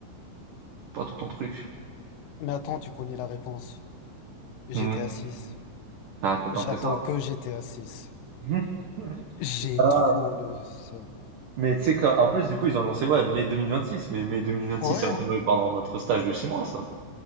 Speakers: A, on the right; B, on the left.
A: Pas trop ton truc?
B: Mais attends, tu connais la réponse. GTA
A: Mmh.
B: 6.
A: Ah, t'attends
B: J'attends
A: que ça.
B: que GTA 6.
A: <laughs>
B: J'ai
A: Ah,
B: trop le seum.
A: mais tu sais qu'en plus, du coup, ils ont annoncé, ouais, mai 2026, mais mai 2026,
B: Ouais,
A: ça va tomber pendant notre stage de six mois, ça.